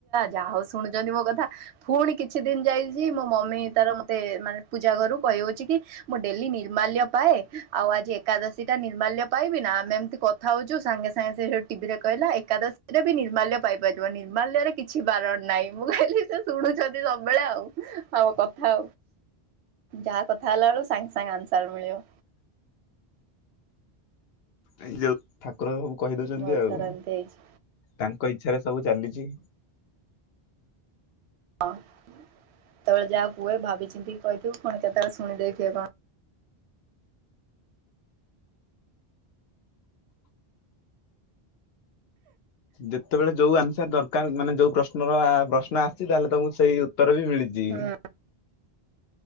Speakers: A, on the right; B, on the left.
A: ଯାହା ହଉ ଶୁଣୁଛନ୍ତି ମୋ କଥା ପୁଣି କିଛି ଦିନ ଯାଇଛି ମୋ ମମି ତାର ମତେ ମାନେ ଓଜା ଘରୁ ହଉଛି କି ମୁଁ ଡେଲି ନିର୍ମାଲ୍ୟ ପାଏ ଆଉ ଆଜି ଏକାଦଶୀ ଟା ନିର୍ମାଲ୍ୟ ପାଇବି ନା ଆମେ ଏମିତି କଥା ହଉଛୁ ସାଙ୍ଗେ ସାଙ୍ଗେ ସେ ଟିଭିରେ କହିଲା ଏକାଦଶୀରେ ବି ନିର୍ମାଲ୍ୟ ପାଇପାରିବ ନିର୍ମାଲ୍ୟରେ କିଛି ବାରଣ ନାାଇଁ ମୁଁ କହିଲି ସେ ଶୁଣୁଛନ୍ତି ସବୁବେଳେ ଆଉ ଆଉ କଥା ଯାହା କଥା ହେଲା ବେଳକୁ ସାଙ୍ଗେ ସାଙ୍ଗେ ଆନ୍ସର ମିଳିବ
B: ଏଇ ଯୋଉ ଠାକୁର ସବୁ କହି ଦଉଛନ୍ତି
A: ବହୁତ
B: ଆଉ
A: ଥର ଏମିତି ହେଇଛି।
B: ତାଙ୍କ ଇଚ୍ଛାରେ ସବୁ ଚାଲିଛି
A: ହଁ କେତେବେଳେ ଯାହାକୁ ହୁହେ ଭାବି ଚିନ୍ତି କହିଥିବୁ କଣ କେତେବେଳେ ଶୁଣି ଦେଇେଇଥିବେ କଣ
B: ଯେତେବେଳେ ଯୋଉ ଆନ୍ସର ଦରକାର ମାନେ ଯୋଉ ପ୍ରଶ୍ନର ପ୍ରଶ୍ନ ଆସିଛି ତାହେଲେ ତମକୁ ସେଇ ଉତ୍ତର ବି ମିଳିଛି
A: ହୁଁ